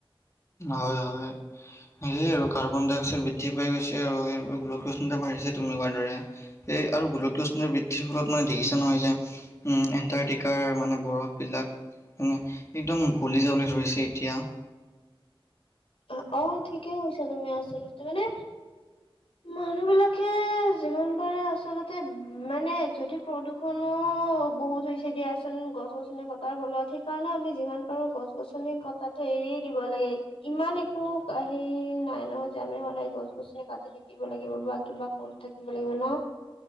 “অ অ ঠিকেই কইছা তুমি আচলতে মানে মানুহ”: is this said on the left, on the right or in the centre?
Left